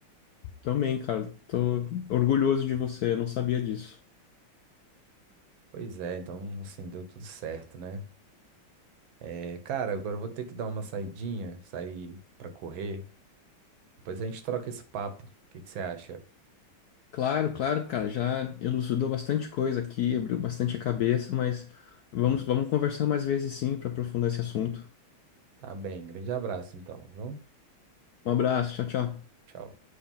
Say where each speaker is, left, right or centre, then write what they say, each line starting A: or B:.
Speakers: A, on the left; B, on the right.
A: Também, cara, tô orgulhoso de você, eu não sabia disso.
B: Pois é, então assim, deu tudo certo, né? É, cara, agora eu vou ter que dar uma saidinha, sair pra correr. Depois a gente troca esse papo. O que que você acha?
A: Claro, claro, cara, já elucidou bastante coisa aqui, abriu bastante a cabeça, mas vamos, vamos conversar mais vezes sim para aprofundar esse assunto.
B: Tá bem, grande abraço então, viu?
A: Um abraço, tchau, tchau.
B: Tchau.